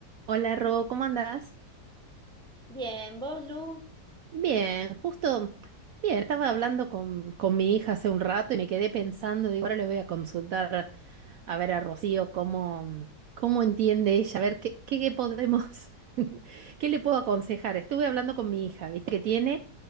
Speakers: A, on the right; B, in the centre.
A: Hola Ro, ¿cómo andás?
B: Bien, vos, Lu.
A: Bien, justo, bien, estaba hablando con, con mi hija hace un rato y me quedé pensando, digo, ahora le voy a consultar a ver a Rocío cómo, cómo entiende ella, a ver qué, qué, qué podemos, <laughs> qué le puedo aconsejar. Estuve hablando con mi hija, viste que tiene,